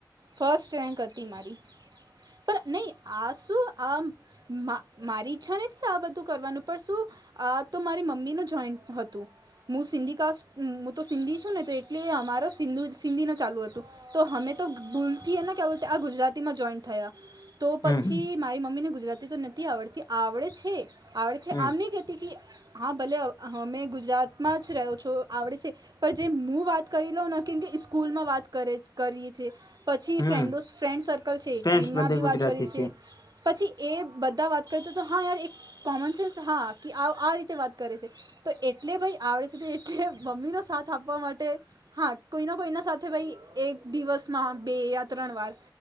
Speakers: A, on the right; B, on the left.
A: ફસ્ટ રેન્ક હતી મારી પણ નહીં આ શું આ મારી ઈચ્છા નથી આ બધું કરવાનું પણ શું આ તો મારી મમ્મી ન જોઈન્ટ હતું હું સિંધ ક તો સિંધી છું ને, તો એટલે અમારે સિંધી ના ચાલુ હતું. તો અમે તો ભૂલથીએને કે બોલ આ ગુજરાતીમાં જોઈન થયા તો
B: હમ
A: પછી મારી મમ્મીને ગુજરાતી તો નથી આવડતી આવડે છે આવડે છે
B: હમ
A: આમ નહી કતી કે હા ભલે અમે ગુજરાતમાં જ રહ્યો છો આવડે છે પણ જે હું વાત કરી લઉં ના કેમ કે સ્કૂલમાં વાત કરે કરીએ છ છે પછી
B: હમ
A: ફ્રેન્ડો ફ્રેન્ડ સર્કલ છે
B: ફ્રેન્ડસ
A: એમના
B: બધે
A: બી
B: ગુજરાતી
A: વાત કરે છે પછી એ બધા વાત કરએ તો તો હા યાર એક કોમન સેન્સ હા કે આ રીતે વાત કરે છે તો એટલે ભાઈ આવડે છે તો એટલે મમ્મી ન સા સ્ાપવા માટે હા કોઈ ના કોઈના સાથે ભાઈ એક દિવસમાં બે યા ત્રણ વાર